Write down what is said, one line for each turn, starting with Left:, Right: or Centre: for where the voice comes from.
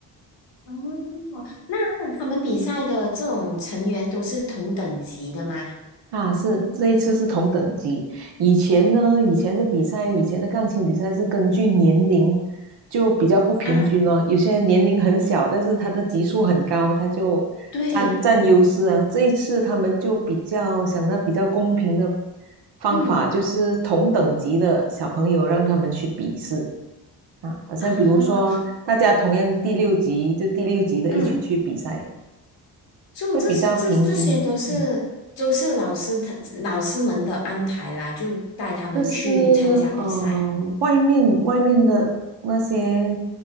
Left: 哦，那他们比赛的这种成员都是同等级的吗？
Right: 啊，是这一次是同等级。以前呢，以前的比赛，以前的钢琴比赛是根据年龄，就比较不平均哦。
Left: 啊，
Right: 有些人年龄很小，但是他的级数很高，他就占占优势啊。
Left: 对，
Right: 这一次他们就比较想到比较公平的方法，
Left: 嗯
Right: 就是同等级的小朋友让他们去比试啊，好像比如说大家同样第六级，
Left: 啊，
Right: 就第六级的一起去比赛，
Left: 嗯。就这是这这些都是都是老师他老师们的安排啦，
Right: 会比较平均。嗯
Left: 就带他们去参加比赛。
Right: 就是嗯，外面外面的那些